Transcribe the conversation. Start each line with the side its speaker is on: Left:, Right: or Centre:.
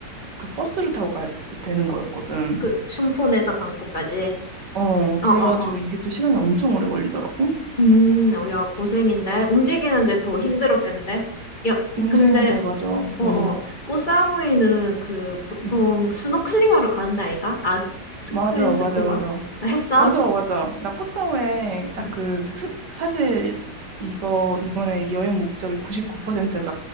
Right: 그 버스를 타고 가야 되는 거였거든.
Left: 그, 춘폰에서 방콕까지.
Right: 어, 그래가지고
Left: 어, 어, 어.
Right: 이게 또 시간이 엄청 오래 걸리더라고.
Left: 음, 어, 야, 고생인데. 움직이는데 더 힘들었겠는데. 야,
Right: 움직이는데,
Left: 근데,
Right: 맞아.
Left: 어, 어,
Right: 응.
Left: 어. 꽃사무이는 그, 보통
Right: 음.
Left: 스노클링 하러 가는데 아이가? 아, 스쿠엔
Right: 맞아,
Left: 스쿠버?
Right: 맞아, 맞아.
Left: 그 했어?
Right: 맞아, 맞아. 나코타오에 딱
Left: 응,
Right: 그, 스- 사실 이거 이번에 여행 목적의 99%가